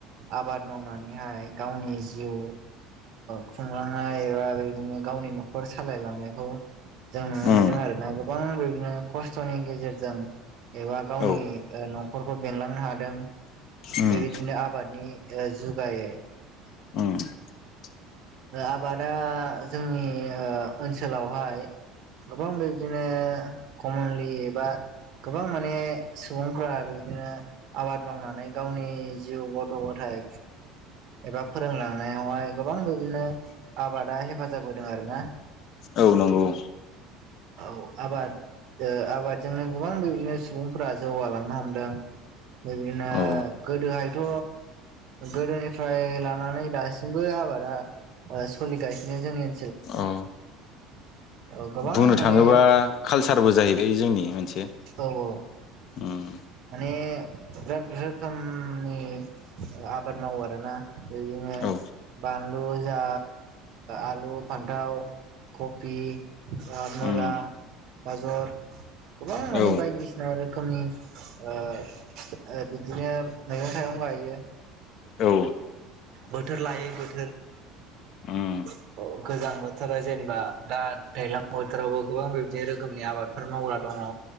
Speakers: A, on the right; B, on the left.
A: आबाद मावनानैहाय गावनि जिउ खुंलांनाय एबा बेदिनो गावनि न'खर सालायलांनायखौ जों नुनो
B: उम
A: मोन्दों आरो ना गोबां बेबादिनो खस्थ'नि गेजेरजों एबा गावनि
B: औ
A: न'खरखौ बेंलांनो हादों।
B: उम
A: बेबायदिनो आबादनि जुगायै
B: <inaudible>
A: आबादा जोंनि ओनसोलावहाय गोबां बेबादिनो कमनलि एबा गोबां माने सुबुंफोरा बिबदिनो आबाद मावनानै गावनि जिउ गथ' गथाइ एबा फोरोंलांनायावहाय गोबां बिदिनो आबादा हेफाजाब होदों आरोना
B: औ, नंगौ
A: औ आबाद आबादजोंनो गोबां बेबादिनो सुबुंफोरा जौगालांनो हमदों। बिबायदिनो
B: औ
A: गोदोहायथ' गोदोनिफ्राय लानानै दासिमबो आबादा सोलिगासिनो जोंनि
B: औ
A: औ गोबां
B: बुंनो
A: माने
B: थाङोबा कालसारबो जाहैबाय जोंनि मोनसे
A: औ औ
B: उम
A: माने बिराद रोखोमनि आबाद मावो आरोना बेदिनो
B: औ
A: बानलु जा आलु, फान्थाव, कफि मुला,
B: उम
A: गाजर गोबां माने
B: औ
A: बायदिसिना रोखोमनि ऐ बिदिनो मैयगं-थाइगं गायो।
B: औ।
A: बोथोर लायै बोथोर।
B: उम
A: <inaudible> औ गोजां बोथोरा जेनेबा दा, दैज्लां बोथोरावबो गोबां बेबादि रोखोमनि आबादफोर मावग्रा दं। अ